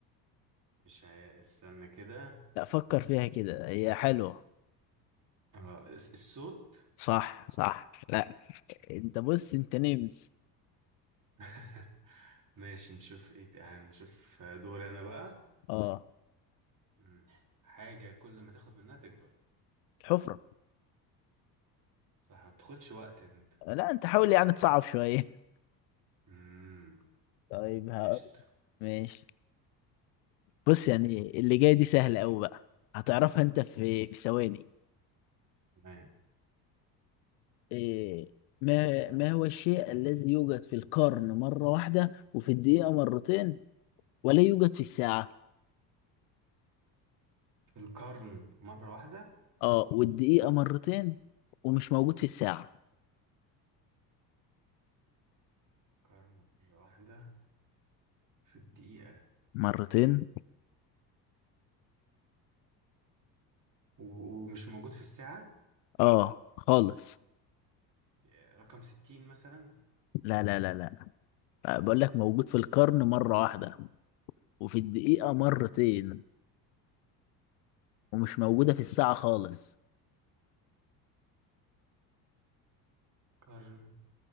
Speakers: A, on the right; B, on the left.
A: مش هي... استنى كده
B: لا فكر فيها كده هي حلوة
A: آه، الس- الصوت
B: صح صح لا انت بص انت نمس
A: <laughs> ماشي نشوف ايه يعني نشوف دوري انا بقى
B: اه
A: مم. حاجة كل ما تاخد منها تكبر
B: الحفرة
A: صح ما بتاخدش وقت انت
B: لا انت حاول يعني تصعب شوية <laughs>
A: مم.
B: طيب هقول
A: قشطة
B: ماشي بص يعني اللي جاي دي سهلة قوي بقى هتعرفها انت في في ثواني
A: تمام
B: إيه، ما ما هو الشيء الذي يوجد في القرن مرة واحدة وفي الدقيقة مرتين ولا يوجد في الساعة
A: القرن مرة واحدة
B: اه والدقيقة مرتين ومش موجود في الساعة
A: قرن مرة واحدة في الدقيقة
B: مرتين
A: و- ومش موجود في الساعة
B: اه خالص
A: يا رقم ستين مثلا
B: لا لا لا لا آه، بقول لك موجود في القرن مرة واحدة وفي الدقيقة مرتين ومش موجودة في الساعة خالص
A: قرن